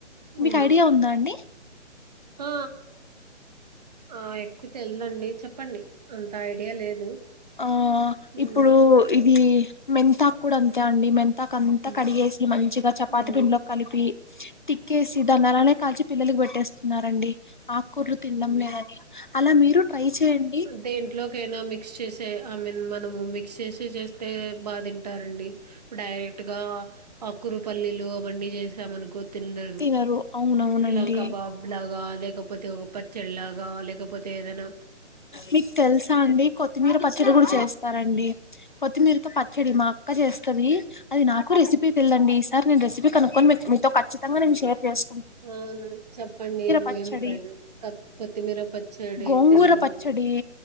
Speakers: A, on the right; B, on the left.
A: మ్మ్
B: మీకు ఐడియా ఉందా అండి
A: ఆ ఆ ఎక్కువ తెల్దండి చెప్పండి అంత ఐడియా లేదు
B: ఆ
A: ఉమ్.
B: ఇప్పుడు ఇది మెంతాకు కూడా అంతే అండి మెన్ తా కంత
A: ఉమ్.
B: కడిగేసి మంచిగా చపాతి
A: ఉమ్.
B: పిండ్లోకి కలిపి తిక్కేసి దాన్ని అలానే కాల్చి పిల్లలకి పెట్టేస్తున్నారండి ఆకుకూరలు తినడం
A: ఉమ్.
B: లేదని అలా మీరు ట్రై చేయండి
A: దేంట్లోకైనా మీ క్స్ చేసే ఐ మీన్ మనము క్స్ చేసి చేస్తే బా తింటారండి ఇప్పుడు డైరెక్ట్ గా ఆకురు పల్లిలు అవన్నీ చేస్ ద మనుకు తిన్నారు
B: తినరు అవునవునండి
A: ఇలా కబాబ్ లాగా లేక పోతే ఒకప్ప చెల్లాగా లేకపోతే ఏదన్న
B: మీకు తెలుసా అండి కొత్తిమీర పచ్చడి కూడా చేస్తారంండి కొత్తిమీరతో ప చ్చళ్ళు మా అక్క చేస్తది అది నాకు రెసిపీ తెల్లండి ఈ సార్ నేను రెసిపీ మీక్ అనుకొని మీ మీతో కచ్చితంగా నేను షేర్ చేస్
A: అవును చెప్పండి
B: పచ్చడి
A: మేము ట్రైజే అ కొత్తిమీర పచ్చడి
B: గోంగూర
A: తెల్దు
B: పచ్చడి